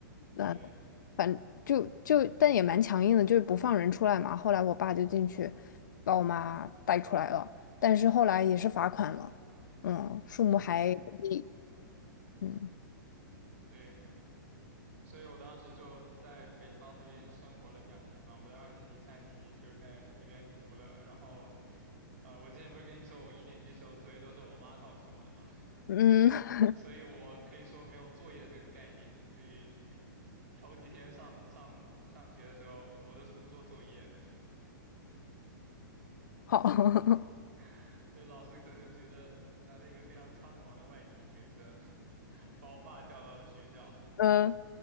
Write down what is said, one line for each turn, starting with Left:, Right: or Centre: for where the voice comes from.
Right: 对，
Left: 那反就就但也蛮强硬的，就是不放人出来嘛。后来我爸就进去把我妈带出来了，但是后来也是罚款了，嗯，数目还不低，
Right: 嗯，
Left: 嗯
Right: 对，所以我当时就在北方那边生活了两年嘛，我的二年级、三年级就是在那边读的，然后，呃，我之前不是跟你说我一年级时候作业都是我妈告诉我的嘛。
Left: 嗯。<laughs>
Right: 所以我可以说没有作业这个概念，所以头几天上上上学的时候，我都是不做作业的，
Left: 好，<laughs>
Right: <laughs> 所以老师可能就觉得来了一个非常猖狂的外地学生，把我爸叫到了学校，
Left: 嗯